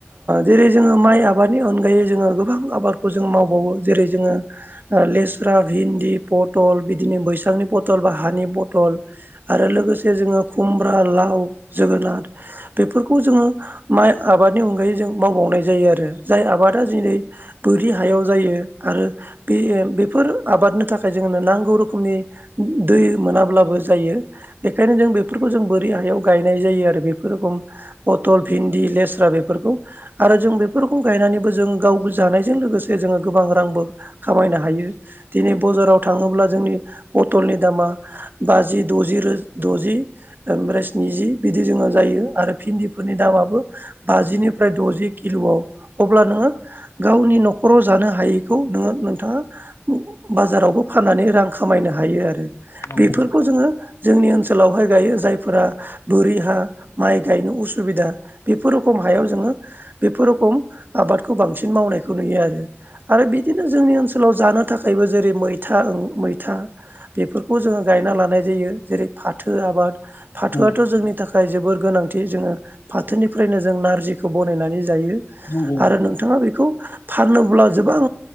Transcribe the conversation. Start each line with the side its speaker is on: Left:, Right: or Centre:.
Right: जेरै जोङो माइ आबादनि अनगायै जोङो गोबां आबादखौ जों मावबावो जेरै जोङो लेस्रा भिन्दि पथल बिदिनो बैसांनि पथल बा हानि पथल आरो लोगोसे जोङो खुमब्रा लाव जोगोनार बेफोरखौ जोङो माइ आबादनि अनगायै जों मावबावनाय जायो आरो। जाय आबादा दिनै बोरि हायाव जायो आरो बे बेफोर आबादनि थाखाय जोंनो नांगौ रोखोमनि दै मोनाब्लाबो जायो। बेखायनो जों बेफोरखौ बोरि हायाव गायनाय जायो आरो बेफोर रकम पटल भिन्दि लेस्रा बेफोरखौ आरो जों बेफोरखौ गायनानैबो जों गाव जानायजों लोगोसे जोङो गोबां रांबो खामायनो हायो दिनै बाजाराव थाङोब्ला जोंनि पतलनि दामा जि द'जि रो द'जि ओमफ्राय स्निजि बिदि जोङो जायो। आरो भिन्दिफोरनि दामाबो बाजिनिफ्राय द'जि किल'आव अब्ला नोङो गावनि न'खराव जानो हायैखौ नोङो नोंथाङा बाजारावबो फाननानै रां खामायनो हायो आरो
Left: आंनो?
Right: बेफोर जोङो जोंनि ओनसोलावहाय गायो जायफोरा बोरि हा माइ गायनो उसुबिदा बेफोर रोखम हायाव जोङो बेफोर रखम आबादखौ बांसिन मावनायखौ नुयो आरो आरो बिदिनो जोंनि ओनसो सोलाव जानो थाखायबो जेरै मैथा-मैथा बेफोरखौ जोङो गायना लानाय जायो जेरै फाथो आबाद फाथोआथ'
Left: नंगौ
Right: जोंनि थाखाय खाय जोबोर गोनांथि जोङो फाथोनिफ्रायनो जों नारजिखौ बानायनानै जायो।
Left: नंगौ
Right: आरो नोंथाङा बेखौ फानोब्ला गोबां